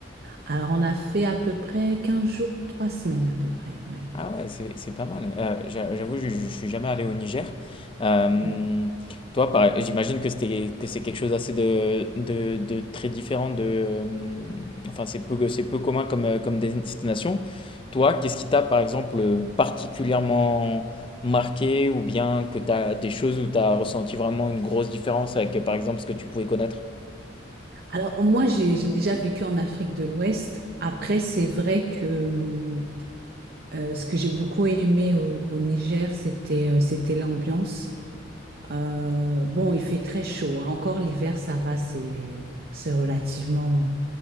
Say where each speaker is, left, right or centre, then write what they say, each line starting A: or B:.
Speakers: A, on the right; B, on the left.
A: Alors on a fait à peu près 15 jours, 3 semaines à peu près, ouais.
B: Ah ouais, c'est c'est pas mal. Euh, j'a- j'avoue, je, je suis jamais allé au Niger. Euh,
A: Ouais.
B: toi, pareil, j'imagine que c'était que c'est quelque chose assez de, de, de très différent de. euh, enfin, c'est peu c'est peu commun comme euh, comme destination. Toi, qu'est-ce qui t'a par exemple euh, particulièrement marqué ou bien que t'as des choses où t'as ressenti vraiment une grosse différence avec euh, par exemple ce que tu pouvais connaître?
A: Alors moi, j'ai, j'ai déjà vécu en Afrique de l'Ouest. Après, c'est vrai que hum, euh, ce que j'ai beaucoup aimé au, au Niger, c'était, euh, c'était l'ambiance. Euh, bon, il fait très chaud. hein. Encore l'hiver, ça va, c'est c'est relativement...